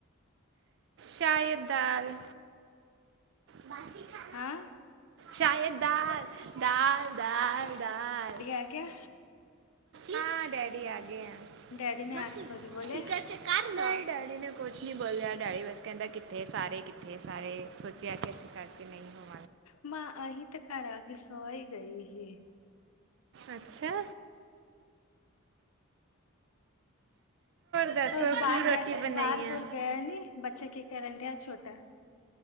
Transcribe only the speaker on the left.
ਹਾਂ।
ਮੈਂ ਕੇਆ।
ਡੈਡੀ ਨੇ
ਆ ਕੇ ਕੁੱਝ ਬੋਲਿਆ
ਮੈਂ ਅਸੀ ਤੇ, ਘਰ ਆ ਕੇ ਸੋ ਈ ਗਈ ਹੀ।
ਹੋਰ ਬਾਰ
ਬ
ਬੁਰ ਗਏ ਨੀਂ? ਬੱਚਾ ਕੀ ਕਰਨ ਡਿਆ ਛੋਟਾ?